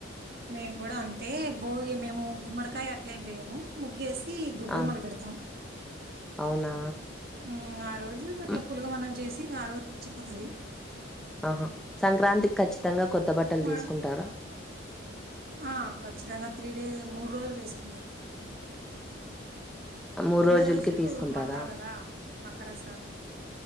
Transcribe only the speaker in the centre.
ఆ
అవునా
హ్మ్.
ఆహా సంక్రాంతికి ఖచ్చితంగా కొత్త బట్టలు
తీసుకుంటారా
మూడు
రోజులకి
తీసుకుంటారా